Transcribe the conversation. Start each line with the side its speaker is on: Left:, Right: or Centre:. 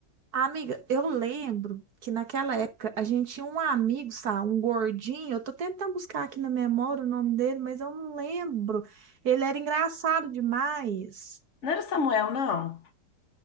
Right: amiga, eu lembro que naquela época a gente tinha um amigo, sabe? Um gordinho. Eu tô tentando buscar aqui na memória o nome dele, mas eu não lembro. Ele era engraçado demais.
Left: Não era o Samuel, não.